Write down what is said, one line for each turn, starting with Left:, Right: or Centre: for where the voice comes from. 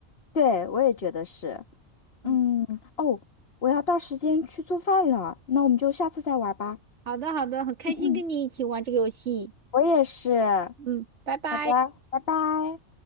Left: 对，我也觉得是。嗯，
Right: 嗯
Left: 哦，我要到时间去做饭了，那我们就下次再玩儿吧。
Right: 好的好的，很开心跟你一起玩这个游戏。
Left: 嗯嗯，我也是。
Right: 嗯，拜拜。
Left: 好的，拜拜。